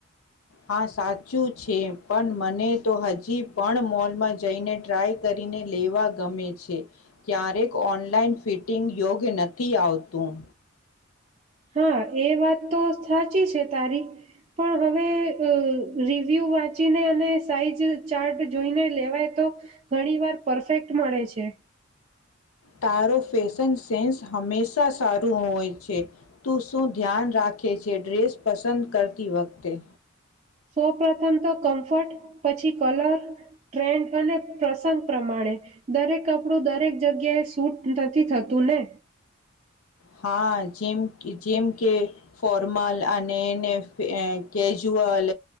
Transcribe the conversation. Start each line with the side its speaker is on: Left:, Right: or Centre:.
Left: હા સાચું છે પણ મને તો હજી પણ મોલમાં જઈને ટ્રાય કરીને લેવા ગમે છે ક્યારેક ઓનલાઈન ફિટિંગ યોગ્ય નથી આવતું.
Right: હા એ વાત તો સાચી છે તારી પણ હવે રિવ્યૂ વાંચીને અને સાઈઝ ચાર્ટ જોઈને લેવાય તો ઘણી વાર પરફેક્ટ મળે છે.
Left: તારો ફેશન સેન્સ હંમેશા સારું હોય છે તું શું ધ્યાન રાખે છે ડ્રેસ પસંદ કરતી વખતે.
Right: સૌ પ્રથમ તો કમ્ફર્ટ પછી કલર ટ્રેન્ડ અને પ્રસંગ પ્રમાણે દરેક કપડું દરેક જગ્યાએ સૂટ નથી થતું ને.
Left: હા જેમ કે જેમ કે ફોર્મલ અને એને ને કેજ્યુઅલ